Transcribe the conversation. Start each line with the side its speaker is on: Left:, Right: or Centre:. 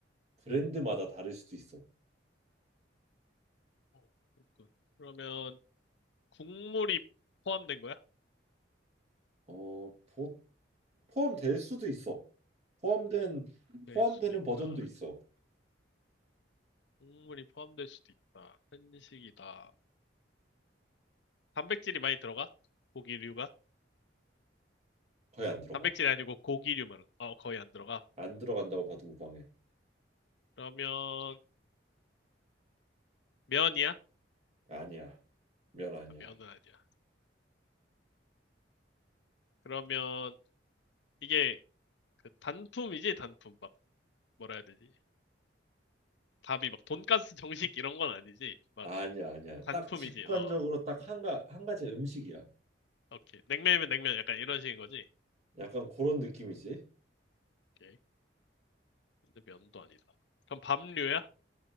Right: 브랜드마다 다를 수도 있어.
Left: 어, 그렇군. 그러면 국물이 포함된 거야?
Right: 어, 보, 포함될 수도 있어. 포함된
Left: 될
Right: 포함되는
Left: 수도 있다.
Right: 버전도 있어.
Left: 국물이 포함될 수도 있다. 한식이다. 단백질이 많이 들어가? 고기류가?
Right: 거의 안 들어가.
Left: 단백질이 아니고 고기류만 어, 거의 안 들어가.
Right: 안 들어간다고 봐도 무방해.
Left: 그러면 면이야?
Right: 아니야. 면 아니야.
Left: 아, 면은 아니야. 그러면 이게 그 단품이지 단품 막 뭐라 해야 되지? 답이 막 돈가스 정식 이런 건 아니지. 막
Right: 아니야, 아니야.
Left: 단품이지.
Right: 딱 직관적으로
Left: 어,
Right: 딱 한 가, 한 가지 음식이야.
Left: 오케이. 냉면이면 냉면 약간 이런 식인 거지.
Right: 약간 그런 느낌이지?
Left: 오케이. 근데 면도 아니다. 그럼 밥류야?